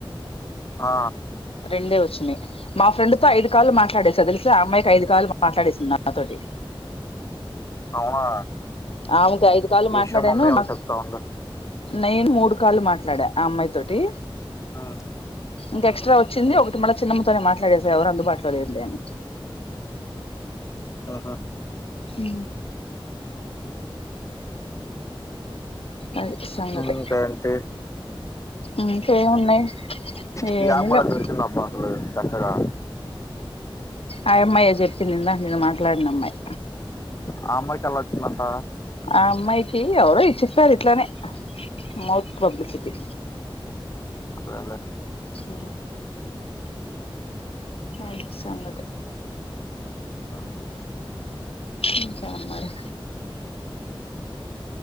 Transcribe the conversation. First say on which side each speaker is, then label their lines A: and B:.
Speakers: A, on the left; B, on the left.
A: ఆ
B: రెండే వచ్చినాయి మా ఫ్రెండ్ తో ఐదు కాళ్లు మాట్లాడేసారు తెలిస అమ్మాయికి ఐదు కాళ్లు మాట్డేస్తున్నారు నాతోటి
A: అవునా
B: ఆమెకు ఐదు కాలు
A: ఈషా
B: మాట్లాడాను
A: మమ్మీ వాళ్ళు
B: నా
A: చెప్తా ఉండు
B: నేను మూడు కాళ్లు మాట్లాడ ఆ అమ్మాయి తోటి
A: ఉమ్,
B: ఇంక
A: ఉమ్,
B: ఎక్స్ట్రా వచ్చ ఒకటి మళ్ళ చిన్న మతోానే మాట్లాడే సార్ ఎవరు అందుబాటలోడిర్లే అని
A: ఆహా
B: హ అది సంగతి
A: ఇంకా అంటే
B: ఇంకేమున్నాయి
A: క
B: ఏమి
A: మ
B: లేవు
A: అబ్బా అ చక్కగా
B: ఆ అమ్మాయ చెప్పింది ఇందా నేను మాట్లాడిన అమ్మాయి
A: ఆ అమ్మాయికి ఎళ్లా వచ్చిందంట
B: ఆ అమ్మాయికి ఎవరు ఇచ్చిస్తారు ఇట్లానే మౌత్ పబ్లిసిటీ
A: అేలే
B: ఆ అ సంగతే
A: ఉమ్,
B: ఇకా అ మరి